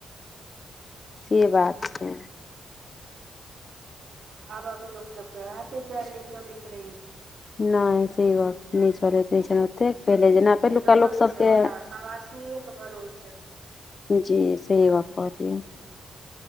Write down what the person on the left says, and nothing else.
से बात छै।
नहि सही गप नहि चलैत रहै छैन ओतेक पहिले जेना पहिलुका
लोक सबके
जी सही गप कहलियए